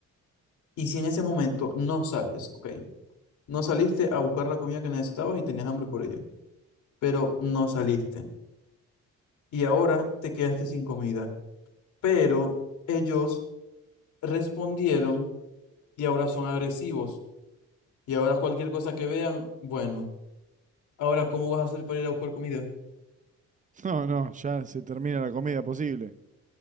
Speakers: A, on the left (about 80°); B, on the right (about 25°).
A: ¿Y si en ese momento no sales? Ok. No saliste a buscar la comida que necesitabas y tenías hambre por ello, pero no saliste. Y ahora te quedaste sin comida. Pero ellos respondieron y ahora son agresivos. Y ahora cualquier cosa que vean, bueno, ahora ¿cómo vas a hacer para ir a buscar comida?
B: No, no, ya se termina la comida posible.